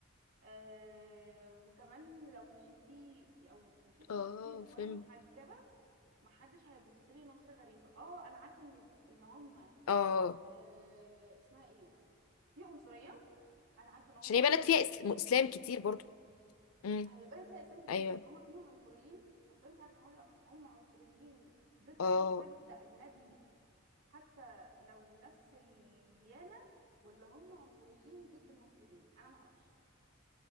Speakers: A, on the right; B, on the left.
A: آه، وكمان لو مشيت بيه او مشيت
B: اه
A: في وسطيهم
B: فهمت
A: وانا محجبه محدش هيبص لي نظره غريبه اه انا عارفه ان ان هم
B: اه
A: آه، اسمها ايه في عنصريه انا عارفه ان هم
B: عشان
A: عنصريين
B: هي بلد فيها إسلام, اسلام كتير برضو امم
A: هيبقى لها اسلام كتير
B: ايوه
A: بس هم فيهم عنصريين بس انا مش عارفه هل هم عنصريين ضد
B: اه
A: اي حاجه ده اجنبي حتى لو نفس الديانه ولا هم عنصريين ضد المصريين انا ما اعرفش